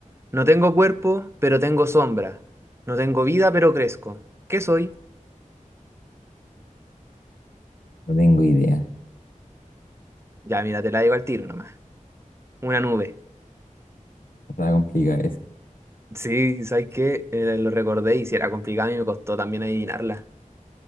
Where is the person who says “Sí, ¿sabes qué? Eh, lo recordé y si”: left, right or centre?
Right